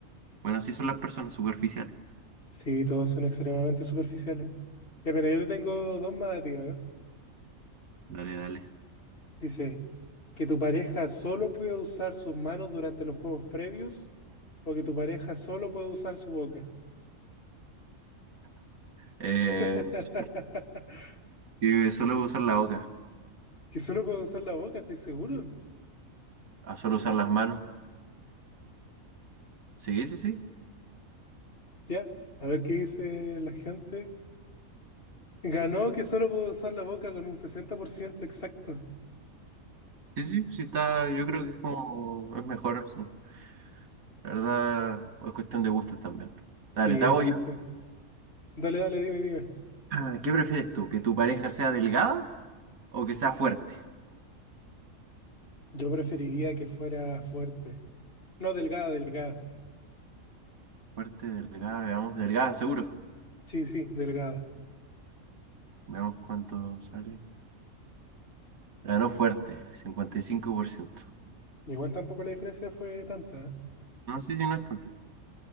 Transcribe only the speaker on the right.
Bueno, así son las personas superficiales.
Dale, dale.
Eh,
no sé. Y solo usar la boca.
A solo usar las manos. Sí, sí, sí.
Sí, sí, sí está. Yo creo que es como. Es mejor opción. La verdad, es cuestión de gustos también.
Dale, te
hago yo.
Ah, ¿Qué prefieres tú? ¿Que tu pareja sea delgada o que sea fuerte?
Fuerte, delgada, veamos, delgada, seguro.
Veamos cuánto sale. Ganó fuerte, 55%.
No sí sí no es tanta.